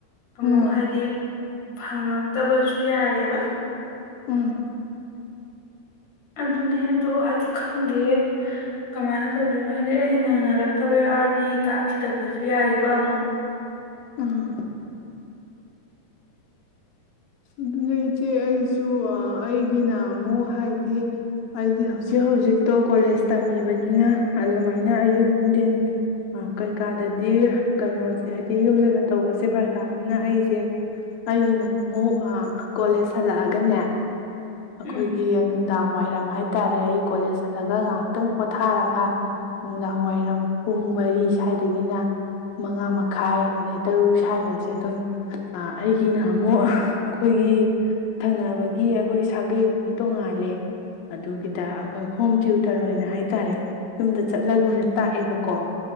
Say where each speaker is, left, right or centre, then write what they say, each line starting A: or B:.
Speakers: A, on the left; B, on the left.
A: ꯑꯃꯨꯛ
B: ꯎꯝ
A: ꯍꯥꯏꯗꯤ ꯐꯪꯉꯛꯇꯕꯁꯨ ꯌꯥꯏꯌꯦꯕ
B: ꯎꯝ
A: ꯑꯗꯨꯅꯦ ꯑꯗꯣ ꯍꯥꯏꯗꯤ ꯈꯪꯗꯦ ꯀꯃꯥꯏꯅ ꯇꯧꯗꯣꯏꯅꯣ ꯍꯥꯏꯗꯤ ꯑꯩ ꯅꯪꯅꯔꯛꯇꯕ ꯌꯥꯎꯔꯗꯤ ꯇꯥꯛꯈꯤꯗꯕꯁꯨ ꯌꯥꯏꯌꯦꯕ ꯑꯃꯨꯛ
B: ꯎꯝ ꯑꯗꯨꯅ ꯏꯆꯦ ꯑꯩꯁꯨ ꯑꯩꯒꯤꯅ ꯑꯃꯨꯛ ꯍꯥꯏꯗꯤ ꯑꯩꯗꯤ ꯍꯧꯖꯤꯛ ꯍꯧꯖꯤꯛꯇꯣ ꯀꯣꯂꯦꯖ ꯇꯝꯃꯤꯕꯅꯤꯅ ꯑꯗꯨꯃꯥꯏꯅ ꯑꯌꯨꯛ ꯅꯨꯡꯊꯤꯟ ꯀꯩꯀꯥꯗꯗꯤ ꯀꯩꯅꯣꯁꯦ ꯍꯥꯏꯕꯗꯤ ꯌꯨꯝꯗꯒ ꯇꯧꯕꯁꯦ ꯐꯔ ꯇꯥꯕꯅꯤꯅ ꯑꯩꯁꯦ ꯑꯩꯒꯤꯅ ꯑꯃꯨꯛ ꯑ ꯀꯣꯂꯦꯖ ꯍꯜꯂꯛꯑꯒꯅꯦ ꯑꯩꯈꯣꯏꯒꯤ
A: ꯎꯝ
B: ꯅꯨꯡꯗꯥꯡ ꯋꯥꯏꯔꯝ ꯍꯥꯏꯇꯥꯔꯦ ꯑꯩ ꯀꯣꯂꯦꯖ ꯆꯠꯂꯒ ꯉꯥꯏꯍꯥꯛꯇꯪ ꯄꯣꯊꯥꯔꯒ ꯅꯨꯡꯗꯥꯡ ꯋꯥꯏꯔꯝ ꯄꯨꯡ ꯃꯔꯤ ꯁ꯭ꯋꯥꯏꯗꯒꯤꯅ ꯃꯉꯥ ꯃꯈꯥꯏ ꯑꯗꯩ ꯇꯔꯨꯛ ꯁ꯭ꯋꯥꯏꯐꯧꯁꯦ ꯑꯗꯨꯝ ꯑꯩꯒꯤꯅ ꯑꯃꯨꯛ ꯑꯩꯈꯣꯏꯒꯤ ꯊꯪꯅꯕꯒꯤ ꯑꯩꯈꯣꯏ ꯁꯥꯒꯩꯕꯒꯤ ꯇꯣꯡꯉꯥꯜꯂꯦ ꯑꯗꯨꯒꯤꯗ ꯑꯩꯈꯣꯏ ꯍꯣꯝ ꯇ꯭ꯌꯨꯇꯔ ꯑꯣꯏꯅ ꯍꯥꯏꯇꯥꯔꯦ ꯌꯨꯝꯗ ꯆꯠꯂꯒ ꯑꯣꯏꯅ ꯇꯥꯛꯑꯦꯕꯀꯣ